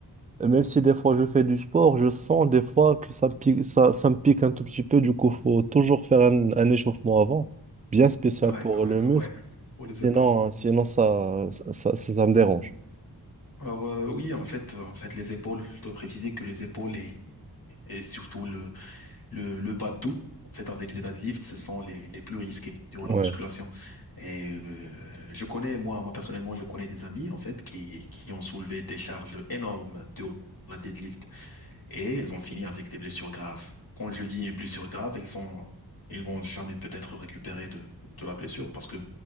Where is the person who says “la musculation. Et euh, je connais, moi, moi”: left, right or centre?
Left